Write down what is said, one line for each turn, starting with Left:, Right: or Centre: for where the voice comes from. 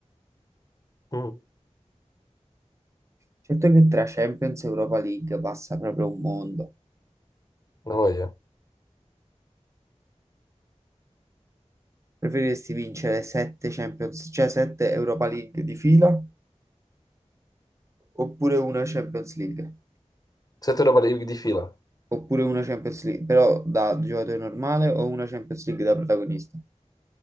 Left: Mm,
Right: Certo che tra Champions e Europa League passa proprio un mondo.
Left: la voglia.
Right: Preferiresti vincere 7 Champions, cioè 7 Europa League di fila, oppure una Champions League?
Left: Sette Europa League di fila,
Right: Oppure una Champions League, però da giocatore normale o una Champions League da protagonista?